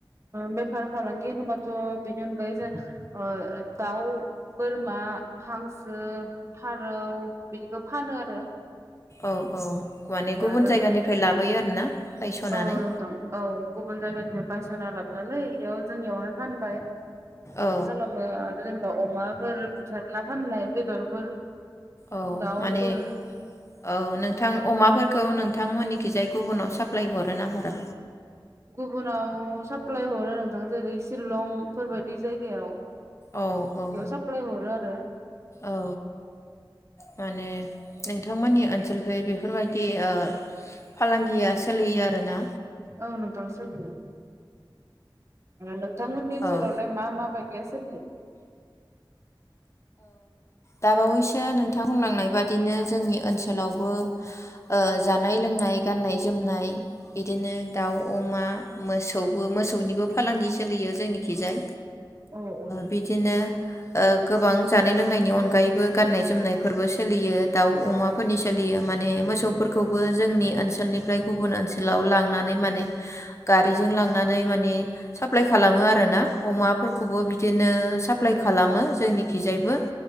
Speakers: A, on the right; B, on the left.
A: बेफार फालांगि होनोबाथ' बिनि अनगायै जों दाउ बोरमा हांसो फारौ बिदिखौ फानो आरो
B: औ औ माने गुबुन
A: आरो
B: जायगानिफ्राय लाबोयो आरोना बायस'नानै
A: औ नोंथां औ गुबुन जायगानिफ्राय बायस'ना लाबोनानै इयाव जोंनियावहाय फानबाय। बिदि
B: औ
A: खालामो आरो जेनेबा अमाफोर बुथारना फाननाय बेदरफोर
B: औ
A: दाउफोर
B: माने औ नोंथां अमाफोरखौ नों नोंथांमोननिखिजाय गुबुनाव साप्लााय हरो ना हरा?
A: गुबुनाव साप्लाय हरो नोंथां जेरै शिलं बेफोरबायदि जायगायाव
B: औ औ
A: बेयाव सप्लााय हर आरो
B: औ माने नोंथांमोननि ओनसोलखै बेफोरबायदि ओ फालांगिया सोलियो आरोना।
A: औ नोंथां सोलियो नोंथांमोननि ओनसोलावलाय
B: औ
A: मा मा बायदिया सोलियो?
B: दाबावैसो नोंथां बुंलांनाय बादिनो जोंनि ओनसोलाव ओनसोलावबो ओ जानाय लोंनाय गाननाय जोमनाय बिदिनो दाउ अमा मोसौबो मोसौनिबो फालांगि सोलियो। जोंनिखिजाय
A: औ औ
B: बिदिनो ओ गोबां जानाय लोंनायनि अनगायैबो गाननाय जोमनायफोरबो सोलियो दाउ अमाफोरनि सोलियो माने मोसौफोरखौबो जोंनि ओनसोलनिफ्राय गुबुन ओनसोलाव लांनानै माने गारिजों लांनानै माने साप्लाइ खालामो आरो। आरोना अमाफोरखौबो बिदिनो साप्लााय खालामो जोंनिखिजायबो